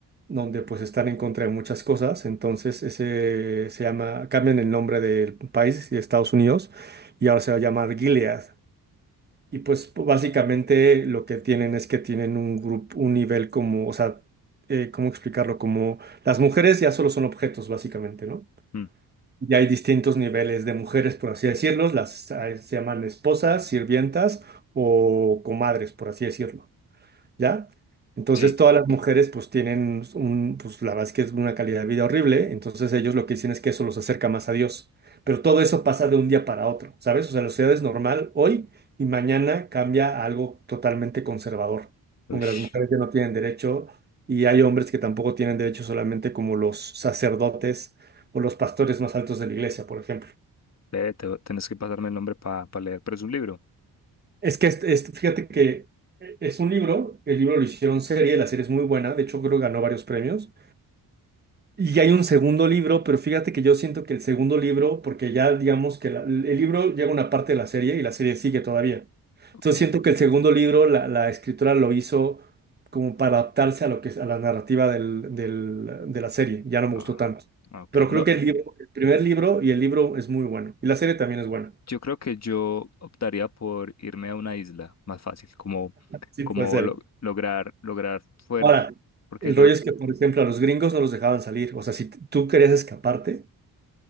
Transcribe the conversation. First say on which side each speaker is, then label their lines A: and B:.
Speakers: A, on the right (about 25°); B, on the left (about 45°).
A: donde pues están en contra de muchas cosas. Entonces, ese se llama, cambian el nombre del país y de Estados Unidos, y ahora se va a llamar Gilead. Y pues p- básicamente lo que tienen es que tienen un grupo, un nivel como, o sea, eh, ¿cómo explicarlo? Como las mujeres ya solo son objetos, básicamente, ¿no?
B: mm,
A: Ya hay distintos niveles de mujeres, por así decirlo, las ah, se llaman esposas, sirvientas o comadres, por así decirlo. ¿ya? Entonces
B: sí,
A: todas las mujeres pues tienen un, pues la verdad es que es una calidad de vida horrible, entonces ellos lo que dicen es que eso los acerca más a Dios, pero todo eso pasa de un día para otro, ¿sabes? O sea, la sociedad es normal hoy y mañana cambia a algo totalmente conservador,
B: ush.
A: donde las mujeres ya no tienen derecho y hay hombres que tampoco tienen derecho solamente como los sacerdotes o los pastores más altos de la iglesia, por ejemplo.
B: Ve, te- tenés que pasarme el nombre para leer, pero es un libro.
A: Es que este es- fíjate que eh, es un libro, el libro lo hicieron serie, la serie es muy buena, de hecho creo que ganó varios premios. Y hay un segundo libro, pero fíjate que yo siento que el segundo libro, porque ya digamos que la- el libro llega a una parte de la serie y la serie sigue todavía.
B: Ok.
A: Entonces siento que el segundo libro, la, la escritora lo hizo como para adaptarse a lo que es- a la narrativa del- del- de la serie. Ya no me
B: Ah,
A: gustó tanto.
B: ah, ok.
A: Pero
B: No,
A: creo que el libro, el primer libro y el libro es muy bueno. Y la serie también es buena.
B: yo creo que yo optaría por irme a una isla más fácil, como,
A: Sí,
B: como
A: puede ser.
B: lo- lograr, lograr fuer-
A: Ahora,
B: porque
A: el
B: yo,
A: rollo es que, por ejemplo, a los gringos no los dejaban salir. O sea, si t- tú querías escaparte